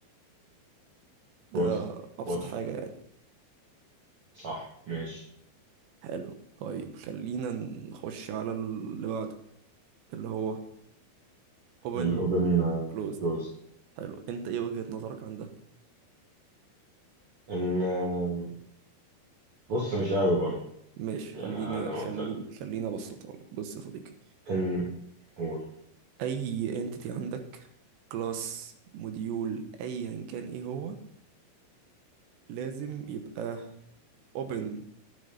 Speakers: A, on the right; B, on the right.
A: ده
B: واضح
A: ابسط
B: واضح
A: حاجة يعني
B: صح ماشي
A: حلو طيب خلينا نخش على اللي بعده اللي هو open
B: الاوبن
A: closed
B: كلوزد
A: حلو انت ايه وجهة نظرك عن ده
B: ان آه، بص مش قوي برضو
A: ماشي
B: يعني
A: خلينا
B: أنا زي ما
A: خلينا
B: قلت لك
A: خلينا ابسطها لك بص يا صديقي
B: ان قول
A: اي entity عندك كلاس موديول ايا كان ايه هو لازم يبقى open